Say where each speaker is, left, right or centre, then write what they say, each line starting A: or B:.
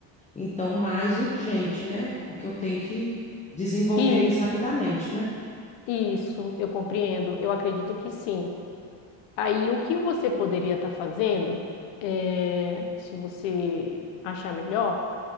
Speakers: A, on the left; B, on the left.
A: Então, mais urgente, né? Porque eu tenho que desenvolver
B: Isso,
A: eles rapidamente, né?
B: isso, eu compreendo, eu acredito que sim. Aí, o que você poderia estar fazendo, é, se você achar melhor?